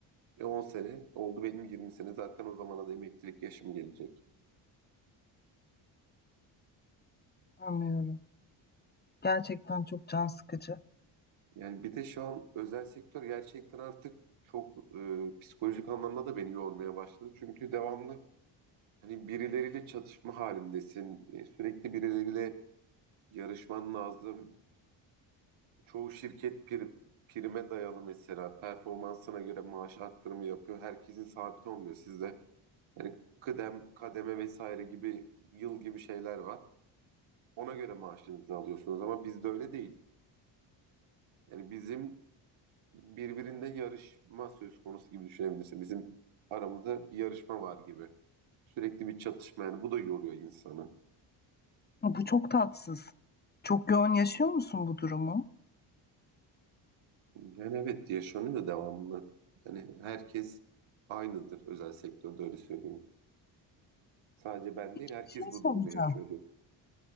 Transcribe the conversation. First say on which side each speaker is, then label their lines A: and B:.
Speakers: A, on the right; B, on the left.
A: E 10 sene oldu benim 20 sene. Zaten o zamana da emeklilik yaşım gelecek.
B: Anlıyorum. Gerçekten çok can sıkıcı.
A: Yani bir de şu an özel sektör gerçekten artık çok e, psikolojik anlamda da beni yormaya başladı. Çünkü devamlı hani birileriyle çatışma halindesin. E, sürekli birileriyle yarışman lazım. Çoğu şirket prim, prime dayalı mesela performansına göre maaş arttırımı yapıyor. Herkesin sabit olmuyor sizde. Yani kıdem, kademe vesaire gibi yıl gibi şeyler var. Ona göre maaşınızı alıyorsunuz ama bizde öyle değil. Yani bizim birbirinde yarışma söz konusu gibi düşünebilirsin. Bizim aramızda bir yarışma var gibi. Sürekli bir çatışma yani bu da yoruyor insanı.
B: Bu çok tatsız. Çok yoğun yaşıyor musun bu durumu?
A: Yani evet yaşanıyor devamlı. Yani herkes aynıdır özel sektörde öyle söyleyeyim. Sadece ben
B: Peki
A: değil herkes
B: bir şey
A: bu
B: soracağım.
A: durumu yaşıyor diyor.